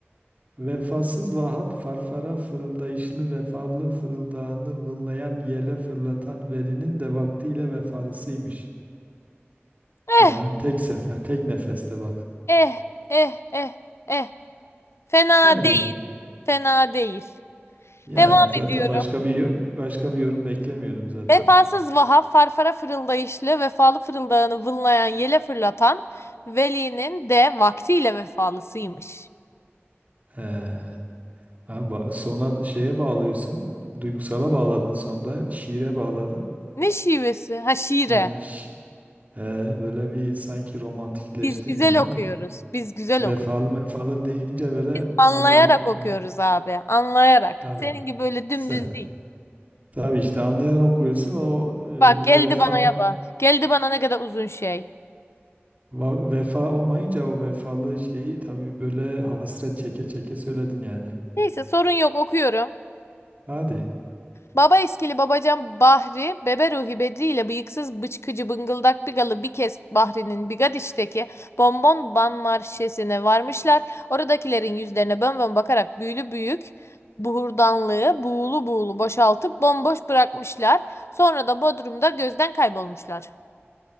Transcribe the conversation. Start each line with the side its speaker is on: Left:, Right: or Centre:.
Right: Vefasız Vahap farfara fırıldayışlı vefalı fırıldağını vınlayan yele fırlatan velinin de vaktiyle vefalısıymış.
Left: Eh
Right: Ya tek sefer tek nefeste bak.
Left: eh eh eh eh. Fena
Right: Hadi
Left: değil fena değil.
Right: yani
Left: Devam
Right: zaten
Left: ediyorum.
Right: başka bir başka bir yorum beklemiyordum zaten.
Left: Vefasız Vahap farfara fırıldayışlı vefalı fırıldağını vınlayan yele fırlatan Veli'nin de vaktiyle vefalısıymış.
Right: He. Ha, ba- sona şeye bağlıyorsun, duygusala bağladın sonda, şiire bağladın.
Left: Ne şivesi? Ha şiire.
Right: Yani şi- he, böyle bir sanki romantikleştin
Left: Biz güzel
Right: ya ne
Left: okuyoruz.
Right: oldu?
Left: Biz güzel
Right: Vefalı
Left: okuruz.
Right: vefalı deyince böyle
Left: Biz anlayarak
Right: tabii
Left: okuyoruz
Right: o,
Left: abi. Anlayarak.
Right: tabii
Left: Senin gibi böyle dümdüz
Right: se
Left: değil.
Right: tabii işte anlayarak okuyorsun o e,
Left: Bak geldi
Right: vefa
Left: bana yaba. Geldi bana ne kadar uzun şey.
Right: va- vefa olmayınca o vefalı şeyi tabii böyle hasret çeke çeke söyledin yani.
Left: Neyse sorun yok okuyorum.
Right: Hadi.
Left: Baba eskili babacan Bahri, bebe Ruhi Bedri ile bıyıksız bıçkıcı bıngıldak bigalı bir kez Bahri'nin Bigadiş'teki bonbon ban marşesine varmışlar. Oradakilerin yüzlerine bön bön bakarak büyülü büyük buhurdanlığı buğulu buğulu boşaltıp bomboş bırakmışlar. Sonra da Bodrum'da gözden kaybolmuşlar.